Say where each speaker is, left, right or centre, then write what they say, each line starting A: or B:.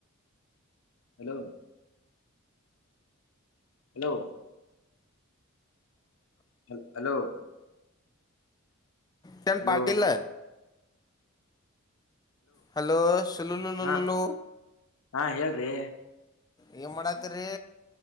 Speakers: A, on the left; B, on the left.
A: hello hello ಹ ಹಲೋ
B: ಚಂಡ
A: ಹಲೋ
B: ಪಾಟೀಲ್ಲ್ಲ ಹಲೋ ಸಲು ಲುಲು
A: ಹಾ ಹಾ ಹೇಳ್ರಿ
B: ಈಏ ಮಾಡತ್ರಿ